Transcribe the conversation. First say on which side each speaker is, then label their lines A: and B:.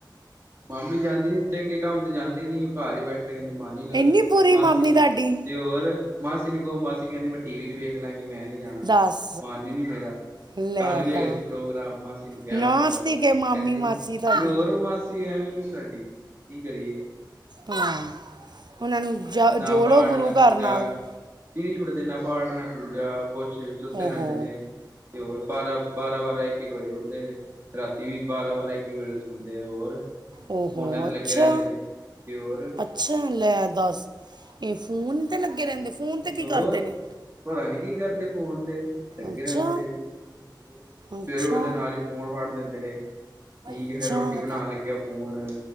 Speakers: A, on the right (about 30°); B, on the right (about 65°).
A: ਮਾਮੀ ਜਾਂਦੇ ਨੀ ਚੰਗੇ ਕੰਮ ਤੇ ਜਾਂਦੇ ਨੀ ਉਹ ਘਰ ਹੀ ਬੈਠੇ ਕਹਿੰਦੇ ਮਨ ਨੀ ਲੱਗਦਾ
B: ਇੰਨੀ ਪੂਰੀ
A: ਮਾਸੀ
B: ਮਾਮੀ ਤੁਹਾਡੀ
A: ਤੇ ਹੋਰ ਮਾਸੀ ਨ ਕਹੋ ਮਾਸੀ ਕਹਿੰ ਮੈਂ ਟੀ ਵੀ ਚੇਖ ਮੈਂ ਨੀ ਜਾਣਾ
B: ਦੱਸ
A: ਮਨ ਨੀ ਮੇਰਾ
B: ਲੈ
A: ਕੱਲ ਵੀ ਹੈਗਾ
B: ਤਾਂ
A: ਸੀ ਪ੍ਰੋਗਰਾਮ ਮਾਸੀ ਨੂੰ ਕਿਹਾ
B: ਨਾਸਤੀ
A: ਮੈਂ ਕਿਹਾ ਚਲਾਓ ਕਹਿੰਦੇ
B: ਕੇ ਮਾਮੀ ਮਾਸੀ
A: ਨ
B: ਤੁਹਾਡੀ
A: ਤੇ ਹੋਰ ਮਾਸੀ ਐਵੇਂ ਸਾਡੀ ਕੀ ਕਰੀਏ
B: ਹਾਂ
A: ਹੋਰ
B: ਉਹਨਾਂ ਨੂੰ
A: ਐਵੇਂ
B: ਜ-
A: ਨਾ
B: ਜੋੜੋ
A: ਪਾਠ
B: ਗੁਰੂ
A: ਨਾ
B: ਘਰ
A: ਪੂਜਾ
B: ਨਾਲ
A: ਕੀ ਨੀ ੁੱਡਦੇ ਨਾ ਪਾੜਨ ਪੂ ਜਾਂਾ ਕੁਛ ਅੱਛੇ ਸੱਤੇ
B: ਓਹੋ
A: ਨ ਦੇ ਨੇ ਤੇ ਹੋਰ ਬਾਰਾਂ ਬਾਰਾਂ ਬਾਰਾਂ ਗਵਾਏ ਉੱਠਦੇ ਨੇ ਰਾਤੀ ਵੀ ਬਾਰਾਂ ਬਾਰਾਂ ਇੱਕ ਇੱਕ ਵਜੇ ਸੌਂਦੇ ਆ ਹੋਰ
B: ੋ
A: ਫੋਨਾਂ ਤੇ
B: ਅੱਛਾ
A: ਲੱਗੇ ਰਹਿੰਦੇ ਨੇ। ਤੇ ਹੋਰ
B: ਅੱਛਾ ਲੈ ਦੱਸ ਇਹ ਫੋਨ ਲੱਗੇ ਰਹਿੰਦੇ ਫੋਨ ਤੇ ਕੀ
A: ਹੋਰ
B: ਕਰਦੇ ਨੇ
A: ਪਤਾ ਨੀ ਕੀ ਕਰਦੇ ਫੋਨ ਤੇ ਲੱਗੇ
B: ਅੱਛਾ
A: ਰਹਦੇ ਨੇ ਹੋਰ
B: ਅੱਛਾ
A: ਸਵੇਰੇ ਉੱਠਦੇ ਨਾਲ ਹੀ ਫੋਨ ਫੜ ਲੈਂਦੇ <unintelligible> ਠੀਕ
B: ਅੱਛਾ
A: ਫੇਰ ਰੋਟੀ ਬਣਾਉਣ ਲੱਗਿਆ ਫੋਨ